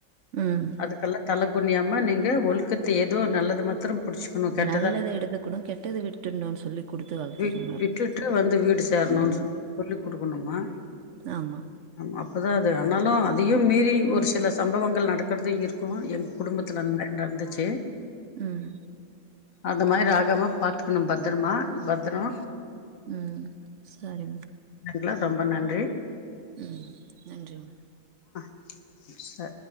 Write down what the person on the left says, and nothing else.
அதுக்கெல்லா தலகு குனியாம நீங்க ஒழுக்கத்தை ஏதோ நல்லது மாத்ரும் புடிச்சுகனு கெட்டதா
விட்
விட்டுட்டு வந்து வீடு சேர்னு
சொல்லி குடுக்கனுமா
ஆமா அதா அது அனால அதியு மீறி ஒரு சில சம்பவம் கள் நடக்கறது இருக்கும் என் குடும்பத்துல அந் மாரி நடந்துச்சு
அது மாரி ஆகாம பாத்துக்குனு பத்ரமா பத்ரோ
இதுல ரொம்ப நன்றி
மிஸ்ஸ